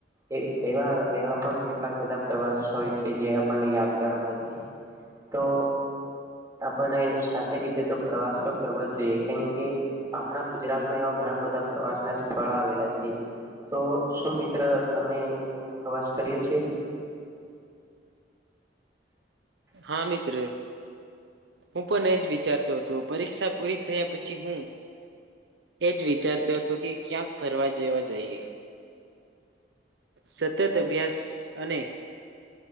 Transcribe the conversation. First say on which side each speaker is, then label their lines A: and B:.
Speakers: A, on the right; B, on the right.
A: એ એવા એવા પણ કેટલાક બધા પ્રવાસ હોય છે જે આપણને યાદગાર હોય છ તો આપને સા ચી રીતે પ્રવાસ તો કરવા જ જોઈએ કેમ કે આપણા ગુજરાતમાં એવા ઘણા બધા પ્રવાસના સ્થળ આવેલા છે, તો શું મિત્ર તમે એવો પ્રવાસ કર્યો છે?
B: હા, મિત્ર. હું પન એજ વિચારતો હતો પરીક્ષા પૂરી થયા પછી હું એજ વિચારતો તો કે ક્યાંક ફરવા જવા જઈએ સતત અભ્યાસ અને